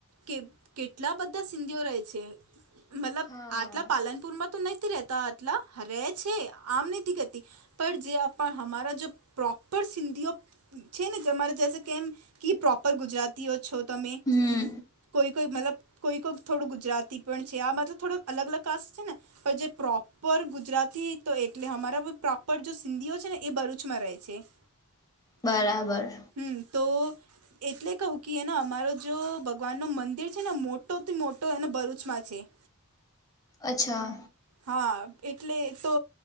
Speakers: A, on the right; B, on the left.
A: કે કેટલા બધા સિંધીઓ રહે છે મતલબ
B: હા
A: આટલા પાલનપુરમાં તો નથીહ રહેતા આટલા ર છે આમ નથીહ ગતી પર જે આપ હરા જો પ્રોપર સિંધીઓ છે ને તમારે જસે કેમ કે પ્રોપર ગુજરાતીઓ છો તમે
B: હમ
A: કોઈ કોઈ મતલબ કોઈ કોઈ થોડું ગુજરાતી પણ છે આ મતલબ થોડો અલગ અલગ કાસ્ટ છે ને. પ જે પ્રોપ પર ગુજરાતી તો એટલે અમારા પ્રોપર જો સિંધીઓ છે ને એ ભરૂચમાં રહે છે. <inaudible>
B: બરાબર.
A: હમ તો એટલે કહું કે એને અમારો જો ભગવાન ન મંદિર છે ને મોટોથી મોટો એને ભરૂચમાં છે. હ
B: અચ્છા
A: હા એટલે તો